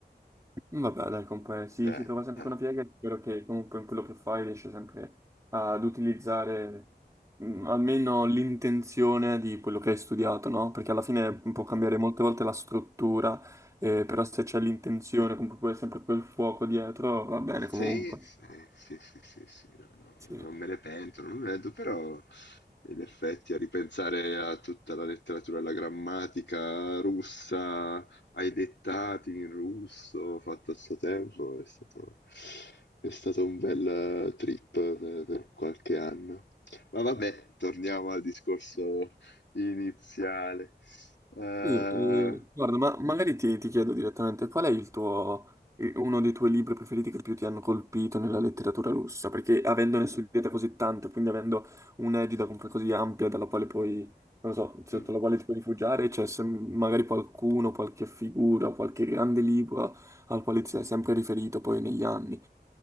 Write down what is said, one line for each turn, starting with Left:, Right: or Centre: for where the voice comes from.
Right: Mm, Vabbè, dai, comunque si,
Left: Eh,
Right: si trova sempre
Left: eh.
Right: una piega e spero che comunque in quello che fai riesci sempre ad utilizzare mm, almeno l'intenzione di quello che hai studiato, no? Perché alla fine può cambiare molte volte la struttura, eh, però se c'è l'intenzione, comunque poi sempre quel fuoco dietro, va bene
Left: Sì,
Right: comunque.
Left: sì, sì, sì, sì, sì, no, no,
Right: Sì.
Left: non me ne pento, non me ne pento, però in effetti a ripensare a tutta la letteratura, alla grammatica russa, ai dettati in russo fatto a suo tempo, è stato, è stato un bel
Right: <laughs>
Left: eh, trip per, per qualche anno. Ma vabbè, torniamo al discorso iniziale. Eh,
Right: Sì, eh, guarda, ma magari ti, ti chiedo direttamente, qual è il tuo, eh, uno dei tuoi libri preferiti che più ti hanno colpito nella letteratura russa? Perché avendone studiata così tanto, quindi avendo un'egida comunque così ampia dalla quale puoi, non lo so, sotto
Left: mm.
Right: la quale ti puoi rifugiare, c'è sem- magari qualcuno, qualche figura, qualche grande libro al quale ti sei sempre riferito poi negli anni.